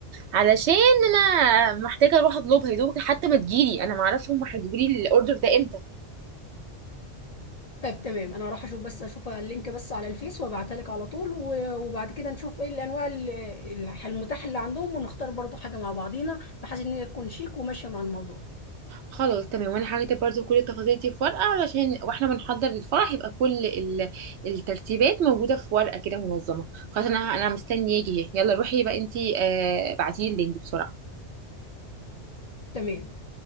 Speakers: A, on the right; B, on the left.
A: علشان انا محتاجه اروح اطلبها يا دوبك حتى ما تجيلي انا معرفش هم هيجيبوا لي الاوردر ده امتى
B: طب تمام انا راح اشوف بس اشوف اللينك بس على الفيس وابعتها لك على طول و- وبعد كده نشوف ايه الانواع ال- الح- المتاحه اللي عندهم ونختار برضو حاجه مع بعضينا بحيث ان هي تكون شيك وماشيه مع الموضوع
A: خلاص تمام وانا هكتب برضو كل التفاصيل دي في ورقه علشان واحنا بنحضر للفرح يبقى كل ال- الترتيبات موجوده في ورقه كده منظمه خلاص انا انا مستنيه يجي اهي. يلا روحي بقى انتي آه بعتيلي اللينك بسرعه
B: تمام